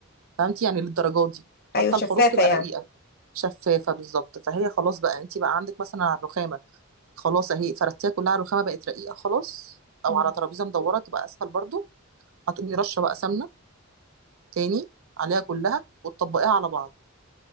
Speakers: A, on the right; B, on the left.
A: فهمتي يعني للدرجات دي
B: ايوه
A: حتى
B: شفافه
A: الحروف تبقى
B: يعني
A: رقيقه شفافه بالظبط فهي خلاص بقى انت بقى عندك مثلا على الرخامه خلاص اهي فردتيها كلها على الرخامه بقت رقيقه خلاص او
B: مم.
A: على ترابيزه مدوره تبقى اسهل برضو هتقومي رشه بقى سمنه تاني عليها كلها وتطبقيها على بعض